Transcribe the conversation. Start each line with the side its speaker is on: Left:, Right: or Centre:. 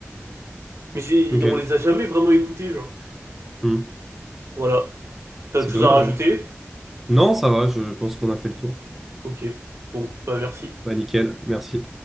Right: Mais j'ai...
Centre: Ok.
Right: on les a jamais vraiment écoutés, genre.
Centre: Hmm.
Right: Voilà. T'as
Centre: C'est
Right: autre chose
Centre: dommage,
Right: à rajouter?
Centre: hein. Non, ça va. Je pense qu'on a fait le tour.
Right: Ok. Bon, bah merci.
Centre: Bah nickel. Merci.